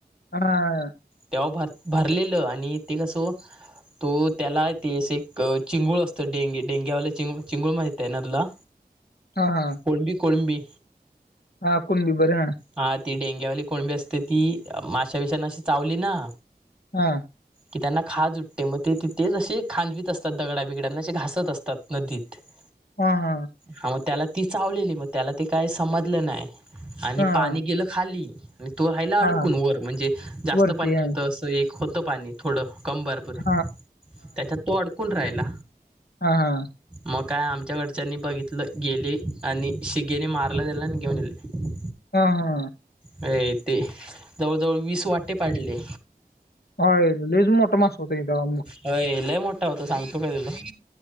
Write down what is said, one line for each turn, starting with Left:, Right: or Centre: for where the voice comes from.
Left: हा.
Centre: तेव्हां भरं भरलेलं आणि ते कसं तो त्यांला तंस एक चिंगूळ असतं डेंगी डेंग्यावांला चिंग चिंगूळ माहितं आहे नां तुंला
Left: हां
Centre: कोळंबी कोणंबी
Left: हा कोणं बी बरं हां
Centre: हां ती डेंग्यावाली कोणंबी असते ती मांशा विषाने अशी चांवली नां
Left: हां
Centre: की त्यांना खांजयेते मंग ते तिथं तेचं असे खांदवीत असतांत दगडां बिगड्यांनाे घासतं असतांत नदीतं
Left: हां हां
Centre: हां मंग त्यांला ती चावलेली मंग त्यांला ते कांहीं समजलं नाहीं आणि
Left: हा हा
Centre: पाणी गेलं खांली आणि तो रायंला अडकूंन
Left: हा
Centre: वरं म्हणजे जास्तं
Left: वरती
Centre: पाणी
Left: हा
Centre: नव्हतं असं एक होतं पाणी थोडं कंबर पूंर
Left: हा
Centre: त्यांच्यात तो अडकूंन राहिला
Left: हां हां
Centre: मंग कायं आमच्यांकडच्यांनी बघितलं गेले आणि शिगेने मारलां त्यांला आणि घेऊंन गेले
Left: हां हां
Centre: अ ते जवळंजवळं वीसं वांटे पांडले
Left: हं ललेज मोठं मांस होत मु
Centre: हं यांलंय मोठं होतां सांगतो कां तुंला